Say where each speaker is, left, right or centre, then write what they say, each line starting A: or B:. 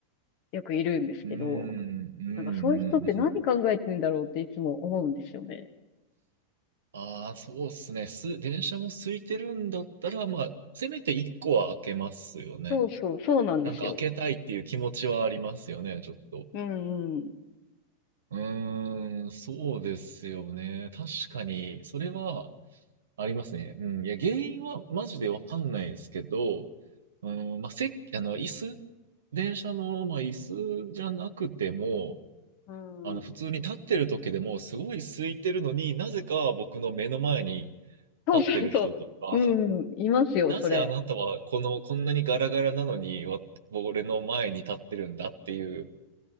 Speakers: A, on the left; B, on the right.
A: よくいるんですけど、
B: うーん、うん、
A: なんかそういう人って何考えてんだろうっていつも思うんですよね。
B: うん。ああ、そうっすね。す、電車も空いてるんだったら、まあ、せめて一個は開けますよね。
A: そうそう、そうなんですよ。
B: なんか開けたいっていう気持ちはありますよね、ちょっと。
A: うんうん。
B: うーん、そうですよね。確かに、それはありますね。うん。いや、原因はマジでわかんないですけど、うん、まあ、せあの、椅子、電車の、まあ、椅子じゃなくても、
A: うん。
B: あの、普通に立ってる時でも、すごい空いてるのになぜか僕の目の前に
A: そうそうそう。
B: 立ってる人とか、
A: うん、いますよ、
B: <laughs> なぜあなたはこの、
A: それ。
B: こんなにガラガラなのに、わ俺の前に立ってるんだっていう